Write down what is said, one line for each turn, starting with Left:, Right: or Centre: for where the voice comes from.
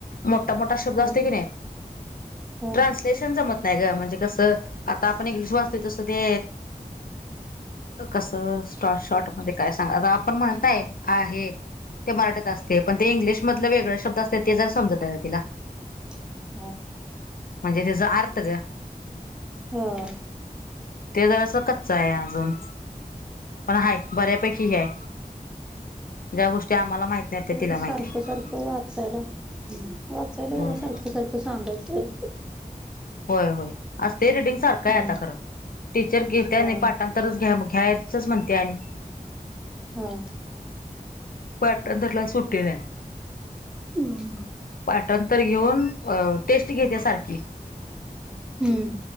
Left: मोठा मोठा शब्द
Centre: हम्म
Left: असत की नाही. ट्रान्सलेशन
Centre: हम्म
Left: जमत नाही ग. म्हणजे कसं आता आपण इंग्लिश वाचतोय तसं ते कसं स्टॉ शॉर्ट मध्ये काय सांग? आता आपण म्हणत नाय आहे ते मराठीत असते. पण ते इंग्लिश मधले वेगळे शब्द असते ते जर समजत नाय तिला.
Centre: <inaudible>
Left: म्हणजे त्याचा अर्थ ग.
Centre: हं.
Left: ते जरासं कच्च आहे अजून. पण हाय बऱ्यापैकी हे आहे. ज्या गोष्टी आम्हाला माहित नाहीत
Centre: त्याच्यात
Left: त्या तिला
Centre: ते सारखं
Left: माहिती आहे
Centre: सारखं वाचायला, वाचायला
Left: होय
Centre: जरा सारखं सारखं सांगायचं.
Left: होय होय. असते रिडिंग सारखं
Centre: हम्म
Left: आहे आता खरं. टीचर घेत्या
Centre: हा
Left: आणि पाठ ठांतरच घ्या घ्यायचच म्हणते आणि.
Centre: हं.
Left: पाठांतरला सुट्टी नाही.
Centre: हं.
Left: पाठांतर घेऊन, अ टेस्ट घेत्या सारखी.
Centre: हं.